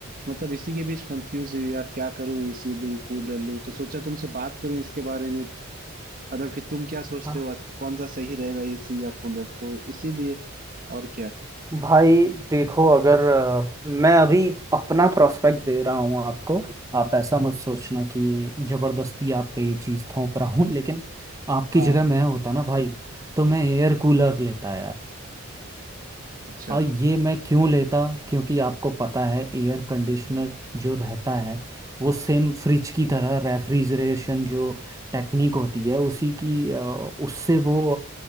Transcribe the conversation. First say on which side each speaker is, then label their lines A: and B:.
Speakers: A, on the right (about 40°); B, on the right (about 15°).
A: मतलब इसी के बीच कंफ्यूज हुई यार क्या करूँ एसी लूँ कूलर लूँ तो सोचा तुमसे बात करूँ इसके बारे में मतलब कि तुम क्या सोचते
B: हाँ
A: हो कौन सा सही रहेगा एसी या कूलर तो इसीलिए और क्या
B: भाई देखो अगर अ, मैं अभी अपना प्रोस्पेक्ट दे रहा हूँ आपको आप ऐसा मत सोचना कि जबरदस्ती आप पे ये चीज़ थोप रहा हूँ लेकिन आपकी
A: हाँ
B: जगह मैं होता ना भाई तो मैं एयर कूलर लेता
A: अच्छा
B: और ये मैं क्यों लेता क्योंकि आपको पता है एयर कंडीशनर जो रहता है वो सेम फ्रिज की तरह रेफ्रिजरेशन जो टेक्निक होती है उसी की अ, उससे वो